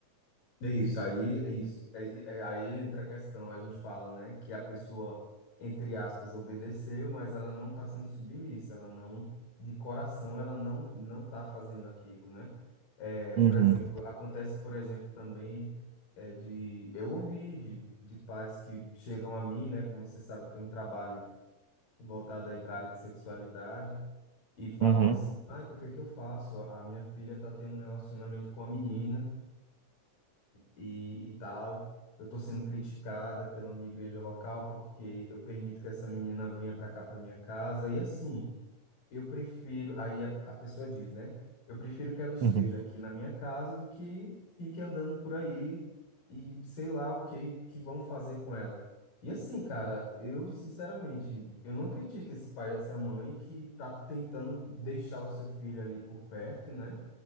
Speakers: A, on the left; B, on the right.
A: É isso, aí é isso. É- é- aí entra a questão, a gente fala, né, que a pessoa, entre aspas, obedeceu, mas ela não está sendo submissa, ela não, de coração, ela não não está fazendo aquilo, né? É,
B: Uhum,
A: por exemplo, acontece, por exemplo, também é, de eu ouvi de, de pais que chegam a mim, né, como você sabe, eu tenho um trabalho voltado aí para a área de sexualidade e falam
B: uhum,
A: assim, ai, o que que eu faço? A minha filha está tendo um relacionamento com a menina e, e tal. Eu tô sendo criticada pela minha igreja local porque eu permito que essa menina venha para cá, para minha casa. E assim. Eu prefiro, aí a, a pessoa diz, né? Eu prefiro que ela esteja
B: uhum.
A: aqui na minha casa do que fique andando por aí e sei lá o que que vão fazer com ela. E assim, cara, eu sinceramente, eu não critico esse pai e essa mãe que tá tentando deixar o seu filho ali por perto, né?